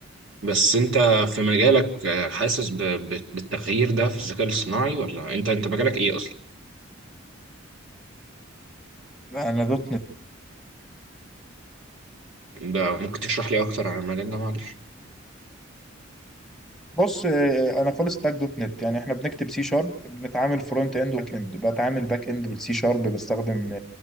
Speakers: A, on the right; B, in the centre.
A: بس انت في مجالك آه، حاسس ب- ب- بالتغيير ده في الذكاء الاصطناعي ولا انت انت مجالك ايه اصلا
B: انا ده
A: ده ممكن تشرح لي اكتر عن المجال ده معلش
B: بص آه، انا فول ستاك دوت نت يعني احنا بنكتب سي شارب بنتعامل فرونت اند وباك اند بتعامل باك اند بالسي شارب بستخدم